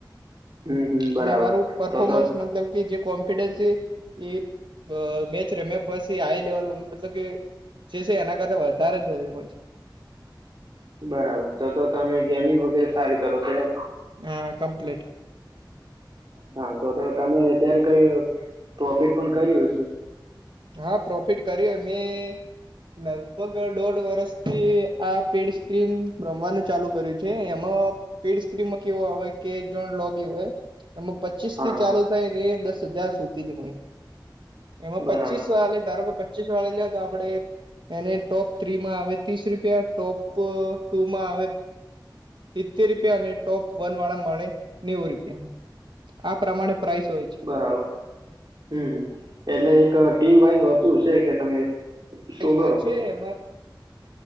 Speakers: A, on the right; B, on the right.
A: હમ હમ. બરાબર
B: અને મારું પરર્ફોમન્સ
A: તો તો
B: મતલબ. કે જે કોન્ફિડન્સ છે એ અ મેચ રમ્યા પછી હાઈ લેવલ મતલબ કે. જે છે એના કરતા વધારે જો હોય છે.
A: બરાબર તો તો તમે ગેમિંગ વગેરે સારી કરો છો એમ.
B: હા કમપ્લેટ.
A: હા તો તો તમે અત્યારે કઈ પ્રોફિટ પણ કર્યો છે.
B: હા પ્રોફિટ કર્યું મેં. લગભગ દોઢ વર્ષથી આ પેડ સ્ક્રીમ રમવાનું ચાલુ કર્યું છે એમાં. પેડ સ્ક્રીમાં કેવો આવે કે જો ત્રળ લોબી હોય. એમાં પચીસ
A: હા
B: થી
A: હા
B: ચાલુ થાયને એ દસ હજાર સુધી ની હોય એમાં.
A: બરાબર
B: પચીસ ધારો કેાઈ પચીસ વાળી લ્યા તો આપડે‌. એને ટોપ થ્રી માં આવે ત્રીસ રૂપિયા ટોપ ટુમાં આવે. સિતતેર રૂપિયા અને ટોપ વન વાળા મળે નેવું રૂપિયા. આ પ્રમાણે પ્રાઇસ. હોય છે
A: બરાબર હમ્મ એટલે એક ટીમ વાઈઝ હોતું છે કે તમે સોલો
B: જ હોય
A: રમો
B: છે
A: છો
B: એમાં